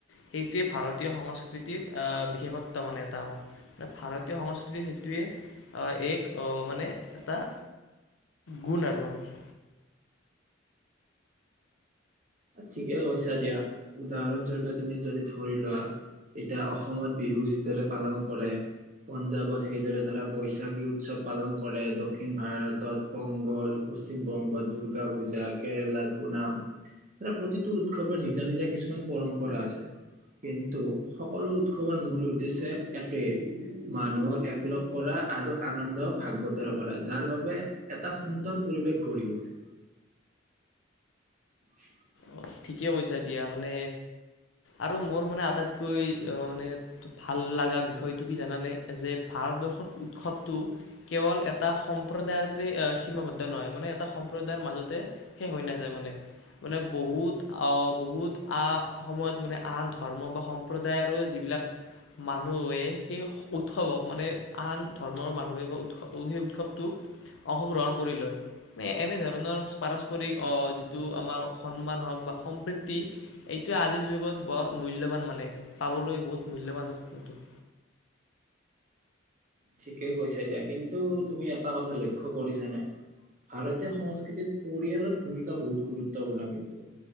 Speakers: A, on the left; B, on the right.
A: সেইটোৱে ভাৰতীয় সংস্কৃতিৰ আহ, বিশেষত্ব মানে এটা আমাৰ। ভাৰতীয় সংস্কৃতিত সেইটোৱে আহ, এক অ' মানে এটা গুণ আৰু আমাৰ।
B: ঠিকেই কৈছা দিয়া, উদাহৰণস্বৰূপে তুমি যদি ধৰি লোৱা এতিয়া অসমত বিহু যিদৰে পালন কৰে। পঞ্জাৱত সেইদৰে ধৰা বৈশাগী উৎসৱ পালন কৰে, দক্ষিণ ভাৰতত বংগল, পশ্চিম বংগত দুৰ্গা পূজা, কেৰেলাত ওনাম। ধৰা প্ৰতিটো উৎসৱৰ নিজা নিজা কিছুমান পৰম্পৰা আছে। কিন্তু সকলো উৎসৱৰ মূল উদ্দেশ্যে একেই। মানুহক একলগ কৰা আৰু আনন্দক ভাগ বতৰা কৰা, যাৰ বাবে এটা সুন্দৰ পৰিৱেশ গঢ়ি উঠে। থ্ৰথ
A: অ' ঠিকে কৈছা দিয়া, মানে আৰু মোৰ মানে আটাইতকৈ মানে- ' ভাল লাগা বিষয়টো কি জানানে যে ভাৰতবৰ্ষৰ উৎসৱটো- কেৱল এটা সম্প্ৰদায়তেই সীমাবদ্ধ নহয়, মানে এটা সম্প্ৰদায়ৰ মাজতে- শেষ হৈ নাযায় মানে। মানে বহুত অ' বহুত আ, সময়ত মানে আন ধৰ্ম বা সম্প্ৰদায়ৰো যিবিলাক- মানুহ ওয়ে সেই- উৎসৱক মানে আন ধৰ্মৰ মানুহে বা উৎস সেই উৎসৱটো- অংশগ্ৰহণ কৰি লয়, নে এনেধৰণৰ পাৰস্পৰিক অ' যিটো আমাৰ- সন্মান হওঁক বা সম্প্ৰীতি- এইটোৱে আজিৰ যুগত বৰ মূল্যৱান মানে, পাবলৈ বহুত মূল্যৱান হয় এইটো।
B: ঠিকেই কৈছা দিয়া, কিন্তু তুমি এটা কথা লক্ষ্য কৰিছানে? ভাৰতীয় সংস্কৃতিত পৰিয়ালৰ ভূমিকা বহুত গুৰুত্বপূৰ্ণ কিন্তু।